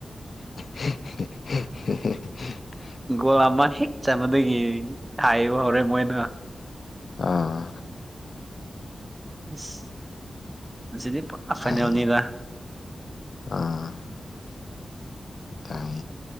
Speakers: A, on the left; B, on the right.
A: <unintelligible>
B: ꯒꯣꯜ ꯑꯃ ꯍꯦꯛ ꯆꯟꯕꯗꯒꯤ ꯍꯥꯏꯕ ꯍꯧꯔꯦ ꯃꯣꯏꯅ
A: ꯑꯥ
B: ꯑꯁ ꯉꯁꯤꯗꯤ ꯄꯨꯔꯥ ꯐꯥꯢꯅꯦꯜꯅꯤꯗꯥ
A: ꯌꯥꯏꯌꯦ ꯑꯥ ꯇꯥꯏ